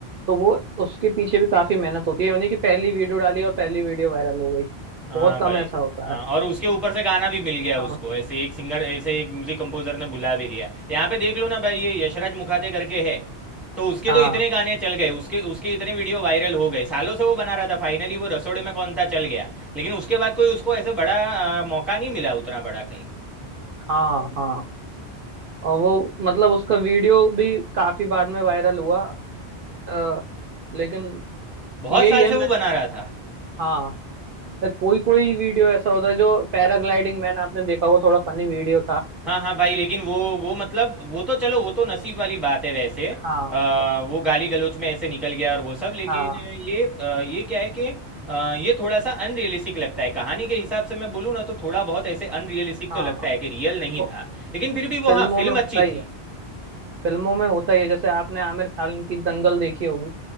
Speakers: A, on the right; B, in the centre.
A: तो वो उसके पीछे भी काफी मेहनत होती है यानी कि पहली वीडियो डाली और पहली वीडियो वायरल हो गई
B: हाँ
A: बहुत कम
B: भाई
A: ऐसा होता
B: हाँ
A: है
B: और उसके ऊपर से गाना भी मिल गया
A: हाँ
B: उसको ऐसे एक सिंगर ऐसे एक म्यूजिक कंपोजर ने बुला भी लिया यहाँ पे देख लो ना भाई ये यशराज मुखाते करके है तो उसके
A: हाँ
B: तो इतने गाने चल गए उसके उसके इतने वीडियो वायरल हो गए सालों से वो बना रहा था फाइनली वो रसोड़े में कौन था चल गया लेकिन उसके बाद कोई उसको ऐसे बड़ा आ, मौका नहीं मिला उतना बड़ा कहीं
A: हाँ हाँ और वो मतलब उसका वीडियो भी काफी बाद में वायरल हुआ अ, लेकिन
B: बहुत
A: यही
B: साल
A: है
B: से
A: मैं
B: वो बना रहा था
A: हाँ कोई कोई वीडियो ऐसा होता है जो पैराग्लाइडिंग मैन आपने देखा होगा थोड़ा फनी वीडियो था
B: हाँ हाँ भाई लेकिन वो वो मतलब वो तो चलो वो तो नसीब वाली बात है वैसे
A: हाँ
B: आ, वो गाली गलौज में ऐसे निकल गया और वो सब लेकिन
A: हाँ
B: ये अ, ये क्या है कि अ, ये थोड़ा सा अनरियलिस्टिक लगता है कहानी के हिसाब से मैं बोलूँ ना तो थोड़ा बहुत ऐसे अनरियलिस्टिक तो
A: हाँ
B: लगता है कि रियल नहीं
A: वो
B: था लेकिन फिर भी वो
A: फिल्मों
B: हाँ फिल्म
A: में होता
B: अच्छी
A: ही
B: थी
A: है फिल्मों में होता ही है जैसे आपने आमिर खान की दंगल देखी होगी